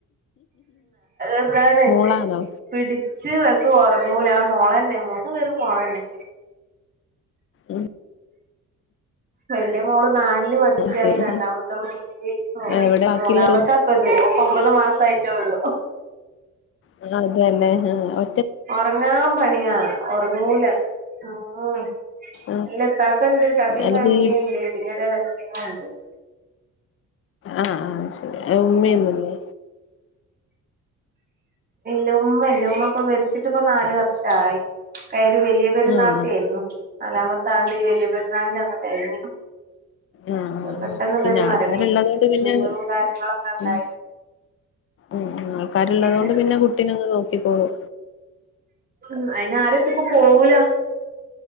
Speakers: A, on the right (about 30°); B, on the left (about 45°).
A: ഇതാണ്
B: മോളാണോ
A: പിടിച്ച് വക്കും ഉറങ്ങൂ മോള് തന്നെ മൂന്നു പേരും മോള് തന്നെ
B: ഉം
A: വല്ല മോള് നാലില് പഠിക്കുകയാണ്
B: ആഹ് ശരി
A: രണ്ടാമത <unintelligible>
B: എവിടെ ബാക്കിയുള്ളവര്
A: മൂന്നാമത്തേത് ഒമ്പത് മാസം റ്റള്ളൂ
B: ആ അതല്ലെ ആ
A: ഉറങ്ങാൻ പണിയാ ഉറങ്ങൂല ഉം
B: ആഹ്
A: ഇല്ല താത്ത ഉണ്ട് താത്തി
B: അല്ല
A: ഫാമിലി
B: വീ
A: ഉണ്ട് പിന്നെ ഇളയച്ഛനും ഉണ്ട്
B: ആ ആ ശരി ഉമ്മയൊന്നുമില്ലേ
A: ഇല്ല ഉമ്മ ഇല്ല ഉമ്മ ഇപ്പൊ മരിച്ചിട്ടിപ്പോ നാലു വർഷമായി വലിയ പെരുന്നാൾക്കായിരുന്നു
B: ആഹ്
A: നാലാമത്താണ്ട് ഈ വലിയ പെരുന്നാളിന് അന്ന് കഴിഞ്ഞു
B: ആ
A: പെട്ടെന്നുള്ളൊരു
B: പിന്നെ ആൾക്കാരുള്ളതു
A: മരണേനു
B: കൊണ്ട് പിന്നെ
A: ഷുഗറും കാര്യങ്ങളൊക്കെ ഉണ്ടായിന്
B: ഉം ഉം ആൾക്കാരുള്ളതുകൊണ്ട്
A: അങ്ങനെ
B: പിന്നെ കുട്ടിനങ്ങ് നോക്കിക്കോളൂ
A: ഉം അയിന് ആർക്കെടുത്തും പോവൂല